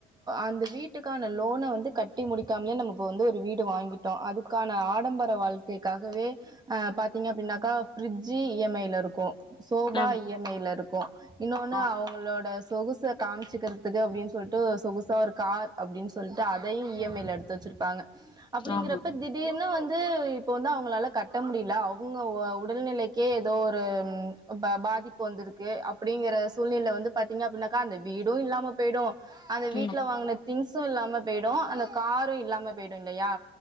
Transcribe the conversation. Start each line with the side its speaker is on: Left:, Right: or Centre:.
Right: அந்த வீட்டுக்கான லோனை வந்து கட்டி முடிக்காமலே நம்ம இப்ப வந்து ஒரு வீடு வாங்கிட்டோம் அதுக்கான ஆடம்பர வாழ்க்கைக்காகவே பாத்தீங்க அப்படின்னாக்கா ஃப்ரிட்ஜு இஎம்ஐல இருக்கும் சோபா
Left: ஆமா
Right: இஎம்ஐல இருக்கும் கோ இன்னோன்னு
Left: ஆ
Right: அவங்களோட சொகுச காமிச்சுக்கிறதுக்கு அப்படின்னு சொல்லிட்டு சொகுசாக ஒரு கார் அப்படின்னு சொல்லிட்டு அதையும் இஎம்ஐயில எடுத்து வச்சுருப்பாங்க அப்பிடிங்கறப்ப
Left: ஆமா
Right: திடீர்னு வந்து இப்போ வந்து அவங்களால கட் கட்ட முடியல அவங்க உடல்நிலைக்கே ஏதோ ஒரு பாதிப்பு வந்திருக்கு அப்படிங்கற சூழ்நிலை வந்து பாத்தீங்க அப்படின்னாக்கா அந்த வீடும் இல்லாம போயிடும் அந்த வீட்டுல
Left: ம்
Right: வாங்கன திங்ஸ் தூக்கம் இல்லாம போயிடும் அந்த காரும் இல்லாம போயிடும் இல்லையா